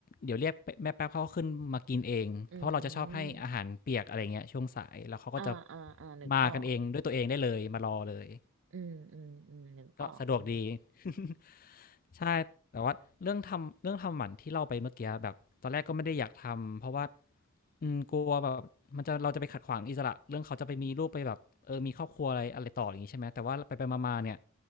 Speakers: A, on the left (about 40°); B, on the right (about 60°).
A: เดี๋ยวเรียกแม่แป๊บเขาขึ้นมากินเองเพราะเราจะชอบให้อาหารเปียกอะไรเงี้ยช่วงสายแล้วเขาก็จะ
B: อืมอ่าอ่าอ่านึกออก
A: มากันเองด้วยตัวเองได้เลยมารอเลย
B: อืมอืมอืมนึกออกอืม
A: ก็สะดวกดี <laughs> ใช่แต่ว่าเรื่องทำเรื่องทำหมันที่เล่าไปเมื่อกี้แบบตอนแรกก็ไม่ได้อยากทำเพราะว่าอืมกลัวแบบมันจะเราจะไปขัดขวางอิสระเรื่องเขาจะไปมีลูกไปแบบเออมีครอบครัวอะไรอะไรต่ออย่างนี้ใช่ไหมแต่ว่าไปไปมาๆเนี่ย